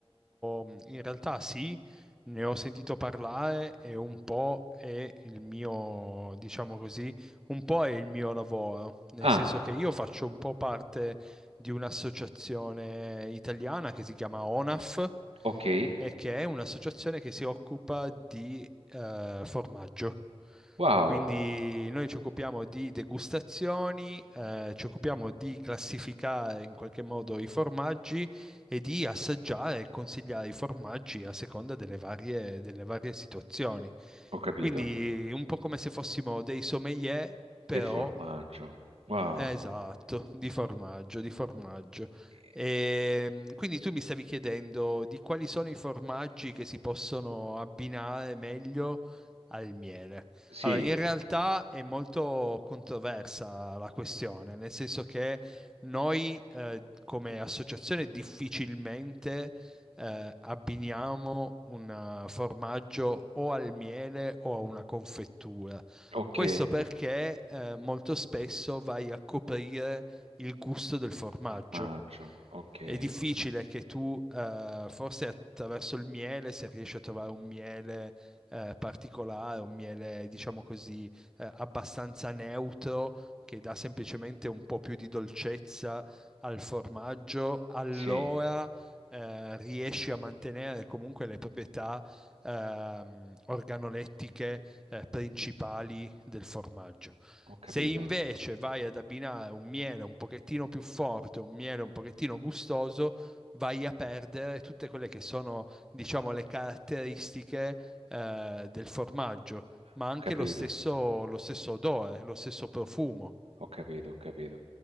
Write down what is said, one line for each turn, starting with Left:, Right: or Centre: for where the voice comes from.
Centre: mh, in realtà sì, ne ho sentito parlare e un po' è il mio, diciamo così, un po' è il mio lavoro, nel
Right: Ah,
Centre: senso che io faccio un po' parte di un'associazione italiana che si chiama ONAF
Right: ok.
Centre: e che è un'associazione che si occupa di eh, formaggio.
Right: Wow,
Centre: Quindi noi ci occupiamo di degustazioni, eh, ci occupiamo di classificare in qualche modo i formaggi e di assaggiare e consigliare i formaggi a seconda delle varie, delle varie situazioni.
Right: ho capito.
Centre: Quindi un po' come se fossimo dei sommelier, però
Right: Del formaggio. Wow.
Centre: Esatto, di formaggio, di formaggio.
Right: Eh,
Centre: Ehm, quindi tu mi stavi chiedendo di quali sono i formaggi che si possono abbinare meglio al miele.
Right: Sì,
Centre: Allora, in realtà è molto controversa la questione, nel senso che noi eh, come associazione difficilmente eh, abbiniamo un eh, formaggio o al miele o a una confettura.
Right: ok.
Centre: Questo perché eh, molto spesso vai a coprire il gusto del formaggio.
Right: Formaggio, ok.
Centre: È difficile che tu, eh, forse attraverso il miele, se riesci a trovare un miele eh, particolare, un miele, diciamo così, eh, abbastanza neutro, che dà semplicemente un po' più di dolcezza al formaggio, allora
Right: Sì,
Centre: eh, riesci a mantenere comunque le proprietà ehm, organolettiche eh, principali del formaggio.
Right: ho capito,
Centre: Se invece vai ad abbinare un miele un pochettino più forte, un miele un pochettino gustoso, vai a perdere tutte quelle che sono, diciamo, le caratteristiche eh, del formaggio, ma
Right: ho
Centre: anche
Right: capito,
Centre: lo stesso, lo stesso odore, lo stesso profumo.
Right: ho capito, ho capito.